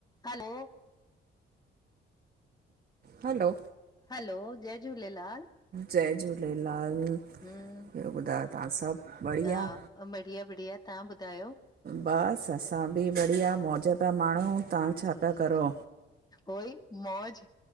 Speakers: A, on the left; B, on the right.
A: Hello.
B: Hello.
A: Hello जय झूलेलाल।
B: जय झूलेलाल,
A: हम्म
B: ॿियो ॿुधायो तव्हां सभु बढ़िया?
A: हा बढ़िया -बढ़िया, तव्हां ॿुधायो?
B: बसि असां बि बढ़िया मौज पिया माण्हू, तव्हां छा पिया करो?
A: उहई मौज।